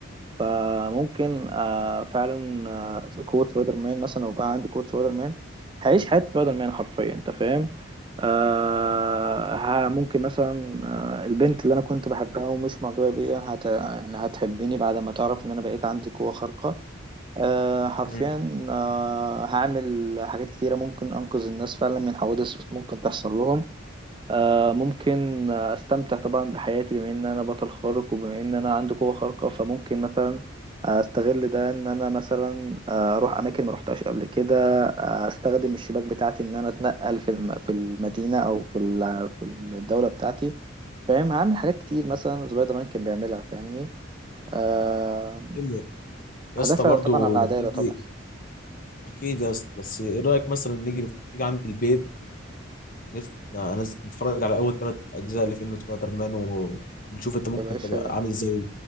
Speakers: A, on the right; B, on the left.
A: فممكن آه، فعلا آه، قوة سبايدر مان مثلا لو بقى عندي قوة سبايدر مان هعيش حياة سبايدر مان حرفيا انت فاهم آه ها ممكن مثلا آه البنت اللي انا كنت بحبها ومش معجبه بيها هت... يعني هتحبني بعد ما تعرف ان انا بقيت عندي قوه خارقه آه حرفيا
B: مم.
A: آه هعمل حاجات كتيره ممكن انقذ الناس فعلا من حوادث ممكن تحصل لهم آه، ممكن آه، استمتع طبعا بحياتي بما ان انا بطل خارق وبما ان انا عندي قوة خارقة فممكن مثلا استغل ده ان انا مثلا آه، اروح اماكن ما روحتهاش قبل كده آه، استخدم الشباك بتاعتي ان انا اتنقل في الم- في المدينة او في ال- في الدولة بتاعتي فاهم هعمل حاجات كتير مثلا سبايدر مان كان بيعملها فاهمني أه
B: حلو. يا
A: هدافع
B: اسطى برضو
A: طبعا عن العدالة
B: ما تيجي
A: طبعا
B: اكيد يا اسطى بس ايه رايك مثلا نيجي نيجي عند البيت نفسي ده أنا نتفرج على أول ثلاث أجزاء لفيلم سبايدر مان و... ونشوف أنت ممكن
A: يا باشا
B: تبقى عامل إزاي